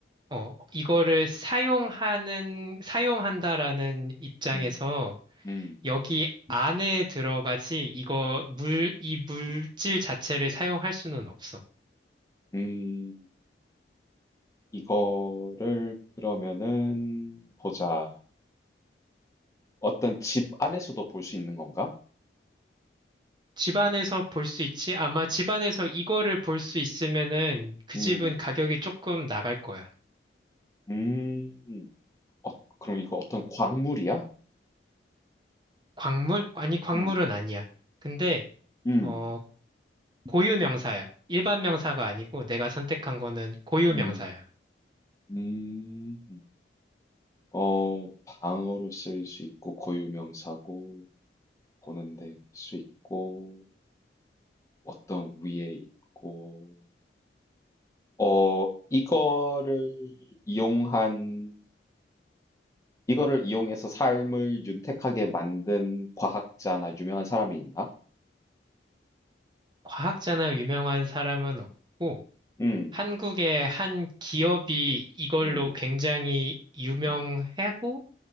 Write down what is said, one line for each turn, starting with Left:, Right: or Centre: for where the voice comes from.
Right: 어, 이거를 사용하는, 사용한다라는 입장에서
Left: 음, 음,
Right: 여기 안에 들어가지 이거 물, 이 물질 자체를 사용할 수는 없어.
Left: 음. 이거를 그러면은 보자. 어떤 집 안에서도 볼 수 있는 건가?
Right: 집안에서 볼 수 있지? 아마 집안에서 이거를 볼 수 있으면은 그
Left: 음,
Right: 집은 가격이 조금 나갈 거야.
Left: 음. 어, 그럼 이거 어떤 광물이야?
Right: 광물? 아니, 광물은
Left: 음,
Right: 아니야. 근데,
Left: 음,
Right: 어, 고유 명사야. 일반 명사가 아니고 내가 선택한 거는 고유
Left: 음,
Right: 명사야.
Left: 음. 어, 방어로 쓸 수 있고 고유명사고 보는 데 쓸 수 있고 어떤 위에 있고 어 이거를 이용한 이거를 이용해서 삶을 윤택하게 만든 과학자나 유명한 사람이 있나?
Right: 과학자나 유명한 사람은 없고,
Left: 음,
Right: 한국의 한 기업이 이걸로
Left: 음,
Right: 굉장히 유명하고,
Left: 음,